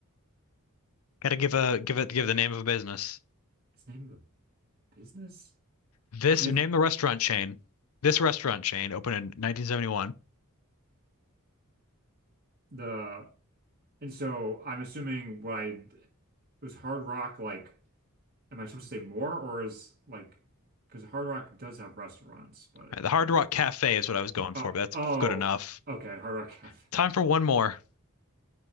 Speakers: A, on the left; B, on the right.
A: Gotta give a give it give the name of a business.
B: It's the name of a business,
A: This
B: and
A: name
B: it's
A: the restaurant chain. This restaurant chain opened in 1971. All
B: the and so I'm assuming what I was Hard Rock like Am I supposed to say more or is like because Hard Rock does have restaurants, but
A: right, the Hard
B: I don't.
A: Rock Cafe is what I was going for,
B: Oh,
A: but that's
B: oh,
A: good enough.
B: okay, Hard Rock Cafe.
A: Time
B: <laughs>
A: for one more.